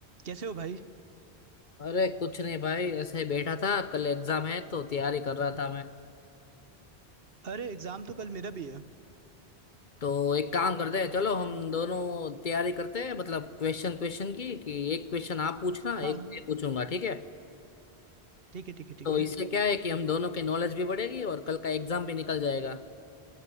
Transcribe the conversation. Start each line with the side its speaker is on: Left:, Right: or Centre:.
Right: कैसे हो भाई
Left: अरे कुछ नहीं भाई ऐसे ही बैठा था कल एग्जाम है तो तैयारी कर रहा था मैं
Right: अरे एग्जाम तो कल मेरा भी है
Left: तो एक काम करते हैं चलो हम दोनों तैयारी करते हैं मतलब क्वेश्चन क्वेश्चन की कि एक क्वेश्चन आप पूछना
Right: हाँ
Left: एक
Right: हाँ
Left: मैं पूछूंगा ठीक है
Right: ठीक है ठीक है ठीक
Left: तो
Right: है
Left: इससे क्या है कि हम दोनों की नॉलेज भी बढ़ेगी और कल का एग्जाम भी निकल जाएगा